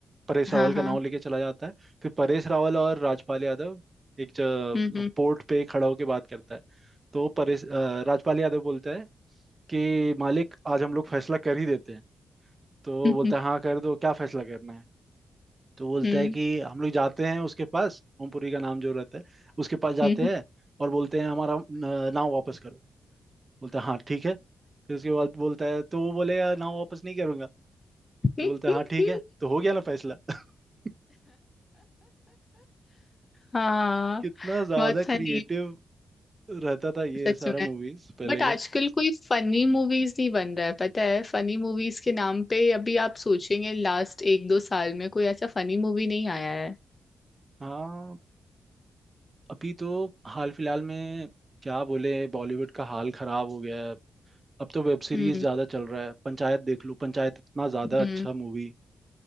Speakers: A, on the right; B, on the left.
A: परेश
B: हाँ
A: रावल का
B: हाँ
A: नाम लेके चला जाता है फिर परेश रावल और राजपाल यादव एक
B: हम्म हम्म
A: पोर्ट पे खड़ा होके बात करता है तो परेश अ, राजपाल यादव बोलता है कि मालिक आज हम लोग फैसला कर ही देते हैं तो
B: हम्म
A: बोलता है हाँ कर दो क्या फैसला करना है तो बोलता
B: हम्म
A: है कि हम लोग जाते हैं उसके पास ओमपुरी का नाम जो रहता है उसके पास जाते
B: हम्म।
A: हैं और बोलते हैं हमारा न- नाव वापस करो बोलता है हाँ ठीक है फिर उसके बाद बोलता है तो वो बोलेगा नाव वापस नहीं करूंगा तो
B: हम्म।
A: बोलता है हाँ ठीक है
B: <laughs>
A: तो हो गया ना फैसला <laughs>
B: हाँ
A: कितना ज्यादा
B: बहुत फनी
A: क्रिएटिव
B: है
A: रहता था ये
B: सच
A: सारा
B: में
A: मूवीज पहले
B: बट आजकल
A: का
B: कोई फनी मूवीज नहीं बन रहा है पता है फनी मूवीज के नाम पे अभी आप सोचेंगे लास्ट एक दो साल में कोई ऐसा फनी मूवी नहीं आया है
A: हाँ अभी तो हाल फिलहाल में क्या बोले बॉलीवुड का हाल खराब हो गया है अब तो वेब सीरीज
B: हम्म
A: ज्यादा चल रहा है पंचायत देख लो पंचायत इतना ज्यादा अच्छा
B: हम्म
A: मूवी